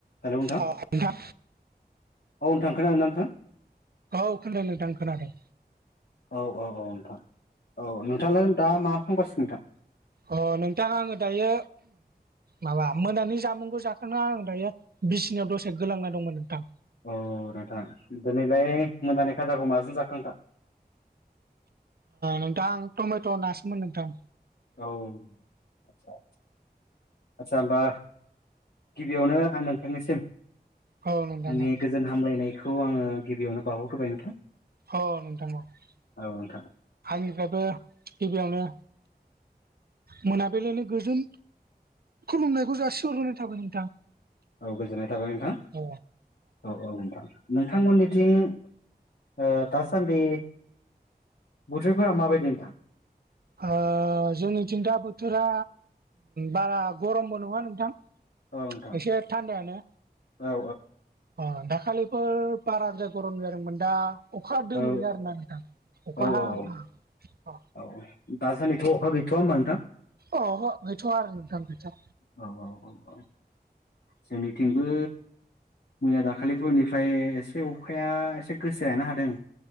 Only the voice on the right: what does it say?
औ नोंथां
औ खोनादों नोंथां खोनादों।
अ नोंथाङा आङो दायो माबा मोनानि जामुंखौ जाखांा आं दायो बिसिनिाव दसे गोलांना दंमोन नोंथां।
नोंथां आं टमेट' नासोमोन नोंथां।
औ नोंथां
औ
औ नोंथां आंनिफ्रायबो
गिबियावनो मोनाबिलिायनो गोजोन खुलुमनायखौ जासिहरग्रोनाय थाबाय नोंथां।
औ
ओ जोंनि थिं दा बोथोरा बारा गरमबो नङा नोंथां।
एसे थान्दायानो।
अ दाखालिबो बारजा गरम जादोंमोन दा अखा दोमोयो
आरोना नोंथां अखा
हाहां।
अ
अ गैथ'वाआरो नोंथां गैथ'वा।